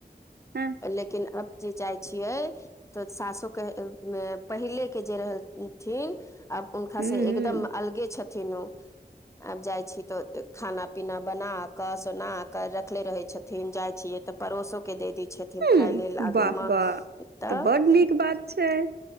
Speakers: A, on the right; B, on the left.
A: हँ
B: लेकिन अब जे जाइ छियै तऽ सासु। पहले के जे रहल थिन आब हुनका
A: हूँ
B: से
A: हूँ
B: एकदम अगले छै थीन ओ। आब जाइ छी तऽ खाना पीना बना क सोना क रखले रहे छथीन। छथिन जाइ छियै तऽ पड़ोसो के द दे छथिन खाय
A: हूँ
B: लेल आगू
A: वाह
B: मे
A: वाह
B: तब
A: तऽ बड नीक बात छै।